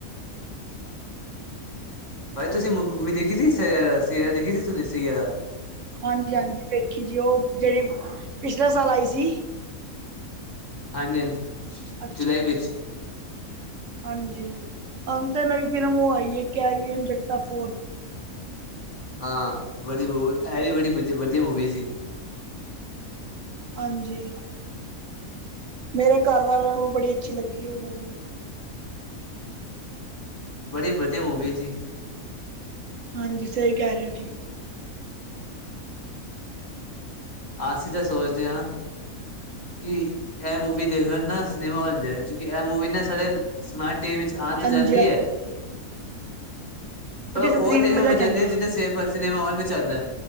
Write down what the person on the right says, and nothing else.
ਹਾਂਜੀ-ਹਾਂਜੀ ਵੇਖੀ ਜੀ ਉਹ ਜਿਹੜੀ ਪਿਛਲੇ ਸਾਲ ਆਈ ਸੀ।
ਅੱਛਾ
ਹਾਂਜੀ ਅੰਤ ਨਵੀ ਫਿਲਮ ਉਹ ਆਈ ਹੈ ਕੈਰੀ ਓਨ ਜਟਾ ਫੋਰ
ਹਾਂਜੀ। ਮੇਰੇ ਘਰਵਾਲਿਆਂ ਨੂੰ ਵੀ ਬੜੀ ਅੱਛੀ ਲੱਗੀ ਉਹ ਮੂਵੀ
ਹਾਂਜੀ ਸਹੀ ਕਹਿ ਰਹੇ ਹੋ ਜੀ।
ਹਾਂਜੀ
ਹਾਂਜੀ
ਛੋਟੀ
ਸਕਰੀਨ
ਮਜ਼ਾ
ਆਂਦਾ।